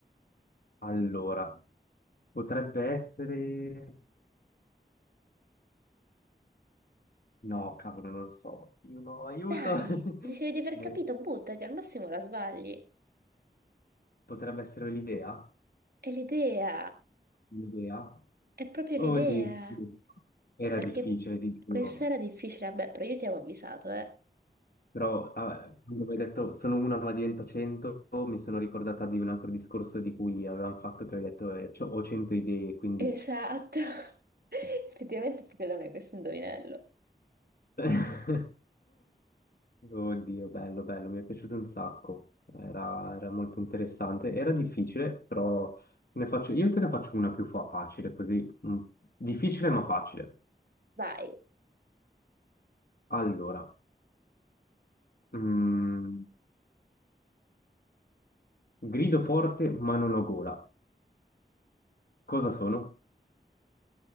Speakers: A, on the left; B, on the right.
A: Allora, potrebbe essere... No, cavolo, non lo so. Io no, aiuto.
B: Dai,
A: <laughs>
B: dicevi di aver
A: Eh,
B: capito, buttati, al massimo la sbagli.
A: potrebbe essere l'idea.
B: È l'idea,
A: L'idea.
B: è proprio
A: Oddio,
B: l'idea.
A: sì. Era
B: Perché
A: difficile, ti giuro.
B: questa era difficile, vabbè, però io ti avevo avvisato, eh.
A: Però ah, quando mi hai detto sono una ma divento cento, mi sono ricordata di un altro discorso di cui avevamo fatto che avevi detto eh, c'ho- ho cento idee, quindi...
B: Esatto. <laughs> Effettivamente è proprio da me questo indovinello.
A: <laughs> Oddio, bello, bello, mi è piaciuto un sacco. Era, era molto interessante. Era difficile, però ne faccio- io te ne faccio una più fa- facile, così. mm, Difficile ma facile.
B: Vai.
A: Allora, mm, grido forte ma non ho gola. Cosa sono?